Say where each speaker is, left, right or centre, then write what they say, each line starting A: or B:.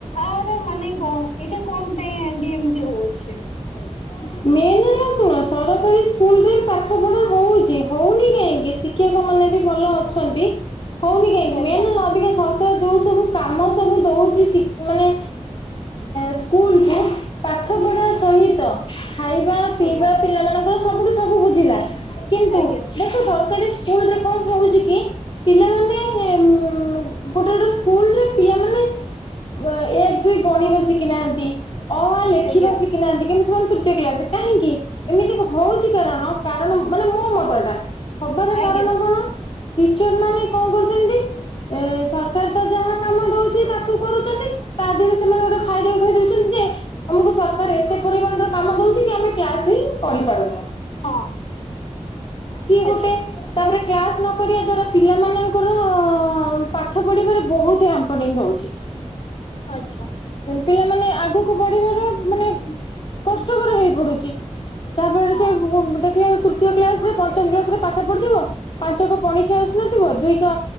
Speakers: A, on the left (about 60°); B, on the left (about 45°).
A: ଆର ମାନେ କଣ ଏଇଟା କଣ ପାଇଁ ଏମତି ଏମତି ହଉଛି।
B: <inaudible> ମେନ୍ ହେଲା ଶୁଣ ସରକାରୀ ସ୍କୁଲରେ ପାଠପଢ଼ା ହଉଛି ହଉନି କାହିଁକିଷ ଶିକ୍ଷକ ମାନେ ବି ଭଲ ଅଛନ୍ତି ହଉନି କାହିଁକି
A: ଆଜ୍ଞା
B: ମେନ୍ ହେଲା ଅଧିକା ସରକାର ଯୋଉ ସବୁ କାମ ସବୁ ଦଉଛି ମାନେ ସ୍କୁଲ କୁ ପାଠ ପଢା ସହିତ ଖାଇବା ପିଇବା
A: ଆଜ୍ଞା
B: ପିଲାମାନଙ୍କ ସବୁଠୁ ସବୁ ବୁଝିଲା କିନ୍ତୁ
A: ଆଜ୍ଞା
B: ଦେଖ ସରକାରୀ ସ୍କୁଲରେ କଣ ହଉଛି କି ପିଲାମାନେ ଗୋଟେ ଗୋଟେ ସ୍କୁଲରେ ପିଲାମାନେ ଏକ ଦୁଇ ଗଣିବା ଶିଖିନାହାନ୍ତି ଅହା ଲେଖିବା
A: ଆଜ୍ଞା
B: ଶିଖି ନାହାନ୍ତି କିନ୍ତୁ ତୃତ କଲାସ କାହିଁକି ଏମିତି ହଉଛି କାରଣ କାରଣ ମାନେ ମୋ ମତ ଟା ହବାର
A: ଆଜ୍ଞା
B: କାରଣ କଣ ଟିଚର ମାନେ କଣ କରୁଛନ୍ତି ଏ ସରକାର ତ ଯାହା କାମ ଦଉଛି ତାକୁ କରୁଛନ୍ତି ତା ଦେହରେ ସେମାନେ ଗୋଟେ ଫାଇଦା
A: <inaudible>
B: ଉଠେଇ ଦଉଛନ୍ତି ଯେ ଆମକୁ ସରକାର ଏତେ ପରିମାଣ ର କାମ ଦଉଛି କି ଆମେ କ୍ଲାସ ହିଁ କରିଢ ପାରୁନ।
A: ହଁ।
B: ସି
A: ଆଚ୍ଛା
B: ଗୋଟେ
A: <inaudible>
B: ତାପରେ କ୍ଲାସ ନ କରିବା ଦ୍ୱାରା ପିଲାମାନଙ୍କର ପାଠ ପଢିବାରେ ବହୁତ ହ୍ୟାମ୍ପରିଂ ହଉଛି।
A: ଆଚ୍ଛା।
B: ପିଲାମାନେ ଆଗକୁ ବଢିବାର ମାନେ
A: <inaudible>
B: କଷ୍ଟକର ହେଇ ପଡୁଛି। ତା ଫଳ ରେ
A: ହଁ
B: ସେ ଦେଖିଲା ବେ ତୃତୀୟ କ୍ଲାସ ରେ ପଞ୍ଚମ କ୍ଲାସ ରେ ପାଠ ପଢିଥିବ ପାଞ୍ଚ କ ପଣିଖିଆ ଆସୁନଥିବ ଦୁଇ କ